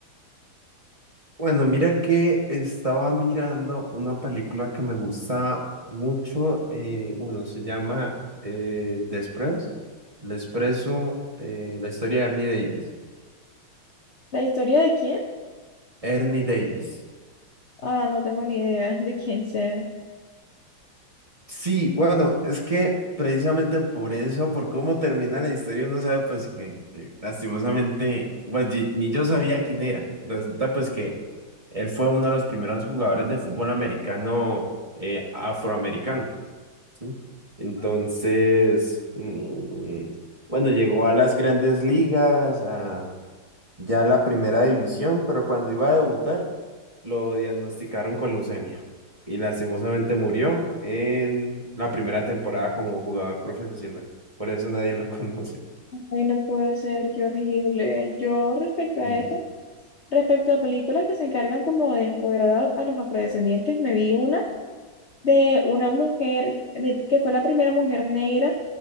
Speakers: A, on the right; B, on the left.
A: <laughs> Bueno, mira que estaba mirando una película que me gusta mucho, eh, bueno, se llama eh, The Express, The Expreso, eh, la historia de Ernie Davis.
B: ¿La historia de quién?
A: Ernie Davis.
B: Ah, no tengo ni idea de quién sea.
A: Sí, bueno, es que precisamente por eso, por cómo termina la historia, uno sabe pues que eh, lastimosamente, pues ye- ni yo sabía quién era. Resulta pues que él fue uno de los primeros jugadores de fútbol americano eh, afroamericano, ¿sí? Entonces, mm, bueno, llegó a las grandes ligas, a ya la primera división, pero cuando iba a debutar lo diagnosticaron con leucemia y lastimosamente murió en la primera temporada como jugador profesional. Por eso nadie lo <laughs> conoce.
B: Ay, no puede ser, qué horrible. Yo respecto a
A: Sí.
B: esto, respecto a películas que se encargan como de empoderar a, a los afrodescendientes, me vi una de una mujer ne- que fue la primera mujer negra